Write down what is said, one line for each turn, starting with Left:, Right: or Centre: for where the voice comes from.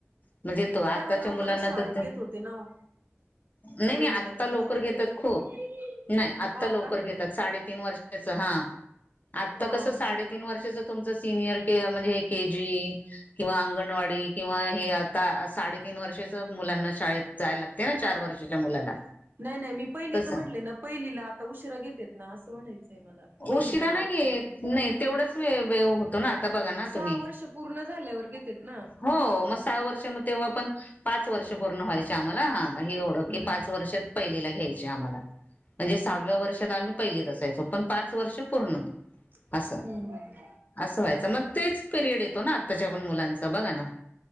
Left: म्हणजे तो आताच्या
Right: तेव्हा लवकरच
Left: मुलांना
Right: शाळेत
Left: तर...
Right: घेत होते ना ओ
Left: नाही
Right: पहिलीला
Left: नाही आत्ता
Right: पण
Left: लवकर
Right: घ्यायचे
Left: घेतात खूप.... नाही आत्ता
Right: हा
Left: लवकर
Right: का
Left: घेतात साडेतीन वर्षाचं हा आत्ता
Right: हा हा
Left: कसं
Right: हा
Left: साडेतीन वर्षाच.... सिनियर.... म्हण के जी किंवा अंगणवाडी किवा आ हे साडेतीन वर्षाचे... मुलांना शाळेत जायला लागते ना चार वर्षाच्या मुलाला....
Right: नाही नाही मी पहिलीच
Left: तस
Right: म्हटले ना... पहिलीला आता उशिरा घेतेत ना असं म्हणायचंय मला पहिलीला
Left: उशिरा नाही
Right: नाव....
Left: घेत नाही तेवढंच होतो ना... बघा
Right: सहा
Left: तुम्
Right: वर्ष पूर्ण झाल्यावर घेतेत ना.
Left: हो मग सहा वर्ष... तेव्हा पण पाच वर्ष पूर्ण व्हायचे आम्हाला हा हे एवढं
Right: हम्म
Left: की पाच वर्ष पहिलीला घ्यायचं. म्हंजे आम्हाला म्हणजे सहाव्या वर्षात आम्ही पहिलीच असायचो पण पाच वर्ष पूर्ण.
Right: हम्म
Left: असं असं व्हायचं मग तेच पिरियड येतो ना आत्ताच्या पण मुलांच बघा ना.